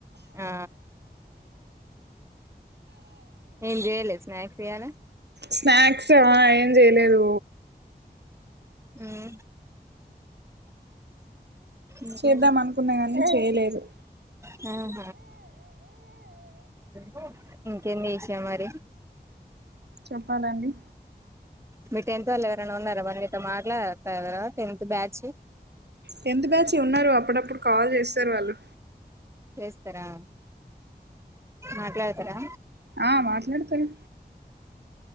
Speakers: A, on the right; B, on the right.
A: ఆ ఏం చెయలే స్నాక్స్ ఇయాలా
B: స్నాక్స్ ఏం చెయలేదు
A: ఉమ్ ఇంకేమి
B: చేద్దాం అనుకున్నా కానీ చేయలేదు
A: హ్మ్ హు ఇంకేం చేసా మరి
B: చెప్పాలండి
A: మీ టెన్త్ వాళ్ళు ఉన్నారా వాళ్ళు నీతో మాట్లాడుతారా టెన్త్ బ్యాచ్
B: టెన్త్ బ్యాచ్ ఉన్నారు అప్పుడప్పుడు కాల్ చేస్తారు వాళ్ళు
A: చేస్తరా మాట్లాడతారా
B: ఆ మాట్లాడుతారు